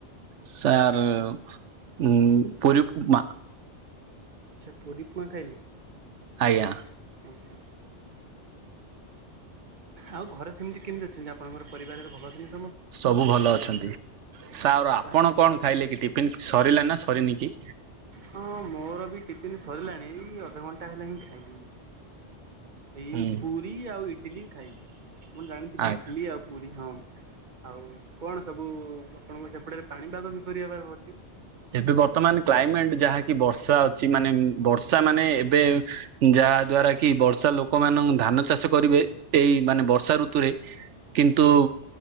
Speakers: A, on the right; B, on the right.
A: ସାର୍ ଉଁ ପୁରି ଉପମା।
B: ଆଚ୍ଛା ପୁରୀ ଉପମା ଖାଇଲେ।
A: ଆଜ୍ଞା।
B: ଆଚ୍ଛା। ଆଉ ଘରେ ସେମିତି କେମିତି ଅଛନ୍ତି। ଆପଣଙ୍କର ପରିବାରରେ ଭଲ ସେମିତି?
A: ସବୁ ଭଲ ଅଛନ୍ତି। ସାର
B: ଆଚ୍ଛା
A: ଆପଣ କଣ ଖାଇଲେ କି ଟିଫିନ ସରିଲେ ନା ସରିନି କି?
B: ହଁ ମୋର ବି ଟିଫିନ ସରିଲାଣି। ଏଇ ଅଧଘଣ୍ଟା ହେଲାଣି ହିଁ ଖାଇଲିଣି। ଏଇ
A: ହୁଁ
B: ପୁରୀ ଆଉ ଇଟିଲିି ଖାଇଲି। ଆପଣ ଜାଣିଥିବେ
A: ଆଜ୍ଞା
B: ଇଟିଲିି ଆଉ ପୁରୀ ହଁ ଆଉ କଣ ସବୁ ଆପଣଙ୍କ ସେପଟେ ପାଣିପାଗ କିପରି ହେବାର ଅଛି?
A: ଏବେ ବର୍ତ୍ତମାନ କ୍ଲାଇମେଟ ଯାହାକି ବର୍ଷା ଅଛି। ମାନେ ବର୍ଷା ମାନେ ଏବେ ଯା ଯାହା ଦ୍ଵାରା କି ବର୍ଷା ଲୋକମାନଙ୍କୁ ଧାନ ଚାଷ କରିବେ। ଏଇ ମାନେ ବର୍ଷା ଋତୁରେ। କିନ୍ତୁ
B: ହୁଁ